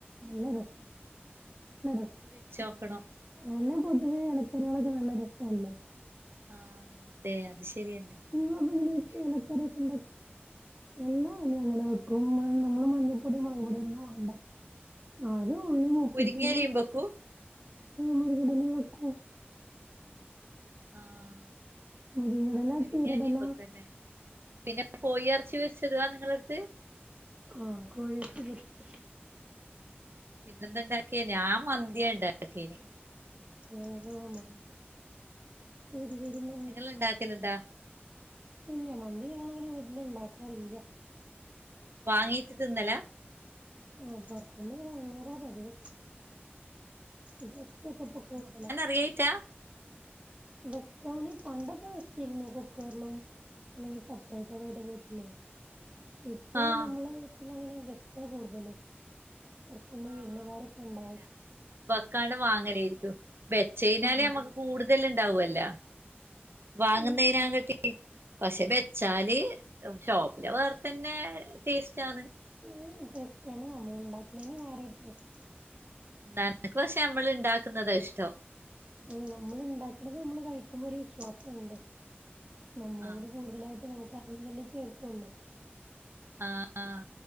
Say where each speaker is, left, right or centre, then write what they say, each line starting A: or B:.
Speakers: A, on the right; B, on the right.
A: നല്ലത
B: അതൊന്ന്
A: <unintelligible>
B: വെച്ചോക്കണം
A: എല പൊതുവെ എലക്കറികളൊക്കെ നല്ല രസവല്ലേ
B: ആഹ് അതെ അത് ശരിയാണ്
A: നിങ്ങളപ്പ എങ്ങനെ എലക്കറികളൊക്കെ ഇണ്ടാ എല്ലാ എലയും അങ്ങനെ വെക്കും നമ്മള് മഞ്ഞപ്പൊടി മൊളക്പൊടി ഒന്നും ഇടെണ്ട അത് ഉള്ളി മൂപ്പിച്ച്
B: മുരിങ്ങയിലയും വെക്കൂ
A: മുരിങ്ങെടെലെയും വെക്കും
B: ആഹ്
A: മുരിങ്ങെടെല
B: മുരിങ്ങയിലയും
A: ചീരെടെല
B: വെക്കുംല്ലേ പിന്നെ പോയി ഇറച്ചി വെച്ചരുവാ നിങ്ങളടുത്ത്
A: ആഹ് കോഴി ഇറച്ചി പൊരിച്ച്
B: പിന്നെന്തുണ്ടാക്കിയ ഞാൻ മന്തിയ ഉണ്ടാക്കിയന്
A: ആഹ് <unintelligible>
B: നിങ്ങള് ഇണ്ടാക്കലുണ്ടാ
A: ഇല്ല മന്തി ഞങ്ങള് അങ്ങനെ വീട്ടിലുണ്ടാക്കാറില്ല
B: വാങ്ങീട്ട് തിന്നല
A: ആഹ് പുറത്തുന്ന് വാങ്ങാറാ പതിവ് <unintelligible> ഇപ്പൊ കൂടുതലാ
B: വേവിച്ചാ
A: വെക്കാന് പണ്ടൊക്കെ വെച്ചിരുന്നു കുക്കറിലും അല്ലെങ്കിൽ സെപ്പറേറ്റ് വടെ വീട്ടിലേ ഇപ്പൊ
B: ആഹ്
A: നമ്മളെ വീട്ടില് അങ്ങനെ ഗസ്റ്റ കൂടുതല് പൊറത്ത്ന്ന്
B: ആഹ്
A: വിരുന്നുകാരൊക്കെണ്ടാവും
B: അങ്ങന ബക്കാണ്ട് വാങ്ങലായിരിക്കും വെച്ചതിനാലെ
A: ആഹ്
B: നമുക്ക് കൂടു തല് ഉണ്ടാവുവല്ലോ വാങ്ങുന്നതിനകാട്ടി
A: ആഹ്
B: പക്ഷെ വെച്ചാല് ഷോപ്പിലെ വേറെത്തന്നെ ടേസ്റ്റ് ആണ്.
A: ഉം ടേസ്റ്റ് ആണ് നമ്മൾ ഉണ്ടാക്കുന്നതിന് വേറെ ഒരു ടേസ്റ്റ്
B: <unintelligible> പക്ഷെ നമ്മൾ ഇണ്ടാക്കുന്നതാ ഇഷ്ടം
A: ആഹ് നമ്മൾ ഇണ്ടാക്കണത് നമ്മള് കഴിക്കുമ്പോ ഒരു വിശ്വാസം ഉണ്ട് നമ്മളതില്
B: ആഹ്
A: കൂടുതലായിട്ട് നമുക്ക് അറിയുന്നതല്ലേ ചേർക്കുള്ളൂ
B: ആഹ് ആഹ്